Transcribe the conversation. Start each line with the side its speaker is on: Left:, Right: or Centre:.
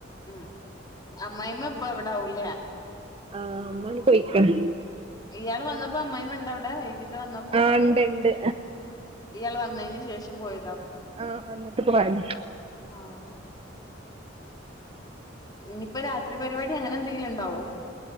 Left: ഉം അമ്മായിമ്മ ഇപ്പ അവ്ടാവു ല്ലേ
Right: ആഹ് മ്മാണ്ട് പോയ്ക്ക് ണ്
Left: ഇയാള് വന്നപ്പോ അമ്മായിമ്മണ്ടോ അവ്ടെ വൈകിട്ട് വന്നപ്പോ
Right: ആഹ് ഇണ്ട് ഇണ്ട്
Left: ഇയാൾ വന്നെയ്ന് ശേഷം പോയ
Right: ആഹ് വന്ന്ട്ട് പോയതാ
Left: ആഹ് ഇഞ്പ്പ രാത്രി പരിപാടി അങ്ങനെ എന്തെങ്കിലും ഇണ്ടാവോ